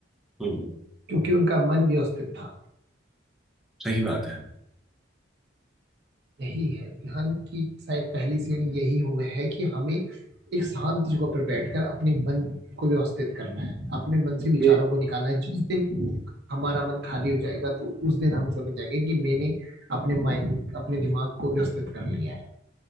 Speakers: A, in the centre; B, on the right (about 60°).
A: हम्म
B: क्योंकि उनका मन व्यवस्थित था
A: सही बात है
B: यही है ध्यान की शायद पहली सीढ़ी यही हुए है कि हमें एक शांत जगह पर बैठकर अपने मन को व्यवस्थित करना है अपने मन से विचारों
A: ये
B: को निकालना है जिस दिन हमारा मन खाली हो जाएगा तो उस दिन हम समझ जाएंगे कि मैंने अपने माइंड अपने दिमाग को व्यवस्थित कर लिया है